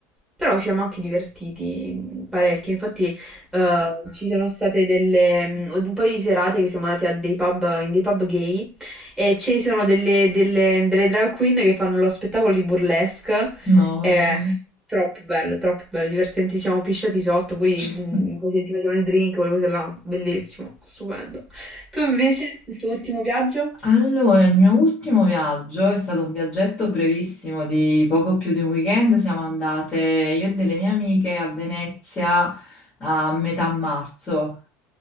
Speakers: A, in the centre; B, on the left (about 20°).
A: però ci siamo anche divertiti parecchio, infatti eh, ci sono state delle, mm, un paio di serate che siamo andati a dei pub, in dei pub gay e ci sono delle, delle- delle drag queen che fanno lo spettacolo di burlesque
B: No, vabbè.
A: eh, troppo bello, troppo bello, divertenti, ci siamo pisciati sotto, poi
B: <laughs>
A: mh, poi ti facevano i drink, quelle cose là, bellissimo, stupendo. Tu invece, il tuo ultimo viaggio?
B: Allora, il mio ultimo viaggio è stato un viaggetto brevissimo di poco più di un weekend. Siamo andate io e delle mie amiche a Venezia a metà marzo.